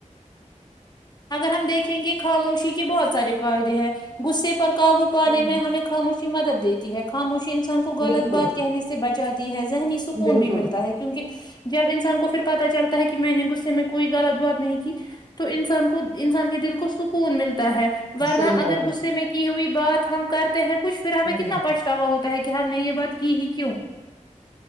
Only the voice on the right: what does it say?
ہ
بالکل
بالکل
صحیح بات
ہے
ہ
ہ